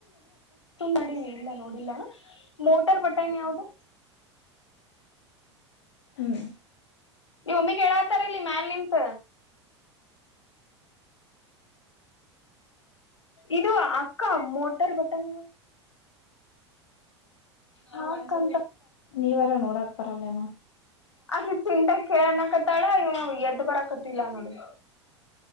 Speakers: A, on the left; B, on the left.
A: ನಡವಿ ಇಲ್ಲ ನೋಡಿಲ್ಲ ಮೋಟಾರ್ ಬಟನ್ಿ ಯಾವ್ದು
B: ಹ್ಮ್
A: ನೀವ್ ಒಮ್ಮಿಗ್ ಹೇಳಾತಾರಲ್ಲಿ ಮ್ಯಾಲ ನಿಂತ ಇದು ಅಕ್ಕ ಮೋಟರ್ ಬಟನ್
B: <inaudible>
A: ಹಾ ಕ
B: ನೀವಾರ ನೋಡಾಕ್ ಪರಲ್ಲೇನ
A: ಅಕೆ ಚಿಂತಾಗ ಕೇಳಣ ಕತ್ತಾಳ ಇವ ಎದ್ದ ಬರಕತ್ತಲ್ಲ ನೋಡಿ